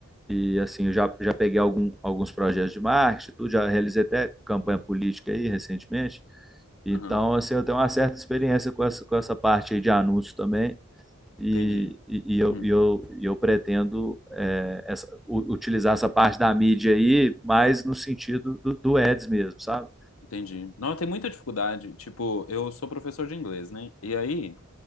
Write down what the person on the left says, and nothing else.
aham,
entendi.
Hum,
entendi. Não, tem muita dificuldade. Tipo, eu sou professor de inglês, né? E aí,